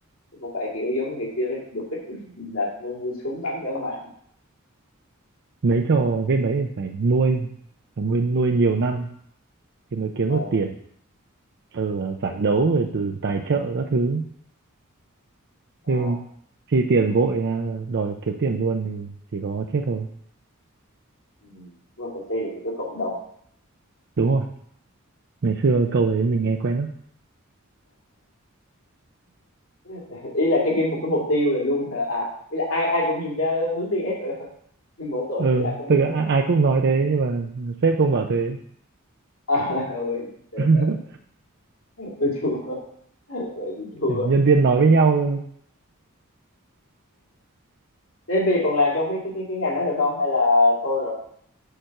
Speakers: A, on the left; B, on the right.
A: không phải kiểu giống ngày xưa cái đột kích là mua súng bắn dã mà
B: mấy trò game đấy phải nuôi phải nguyên nuôi nhiều năm thì mới kiếm
A: Ờ,
B: được tiền từ à, giải
A: đúng
B: đấu
A: đúng
B: rồi từ tài trợ các thứ
A: Ờ,
B: chứ chi tiền vội à, đòi kiếm tiền luôn thì chỉ có chết thôi
A: ừ. nhưng mà phải xây được một cái cộng đồng
B: đúng rồi ngày xưa câu đấy mình nghe quen lắm
A: <laughs> ý là cái cái một cái mục tiêu là luôn hả? à ý là ai ai cũng nhìn ra hướng đi hết rồi <laughs> nhưng mỗi tội
B: ừ
A: phải là không
B: thực
A: được
B: ra
A: nữa
B: a-
A: hả?
B: ai cũng nói thế nhưng mà sếp không bảo thế
A: à <laughs> ôi sợ
B: <laughs>
A: sợ tôi chua vậy thì chua
B: Kiểu nhân viên nói với nhau thôi
A: thế bây giờ còn làm trong cái cái cái cái ngành đó được không hay là thôi rồi